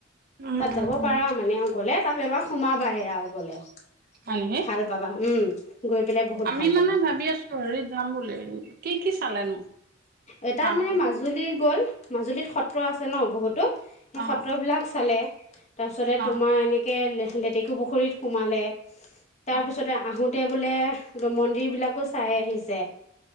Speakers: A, on the right; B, on the left.
A: উম,
B: তাত
A: উম,
B: যাব
A: উম।
B: পাৰা। মানে, গলে তাত এবাৰ সোমাবা আৰু গলে
A: হয় নেকি?
B: ভাল পাবা। উম। গৈ পেলাই বহুত
A: আমি
B: ভাল
A: মানে
B: পাবা
A: ভাবি আছিলো হেৰিত যাম বুলি কি কি চালানো
B: এ তাত
A: মা হতে?
B: মানে মাজুলীত গ'ল মাজুলীত সত সএ আছে ন বহুতো। সেই
A: অ',
B: সত্ৰবিলাক চালে তাৰপিছতে
A: অ',
B: তোমাৰ এনেকে লেটেকু পুখুৰীত সোমালে। তাৰ
A: অ',
B: পিছতে আহোতে তেওঁ বোলে মন্দিৰবিলাকো চাই আহিছে।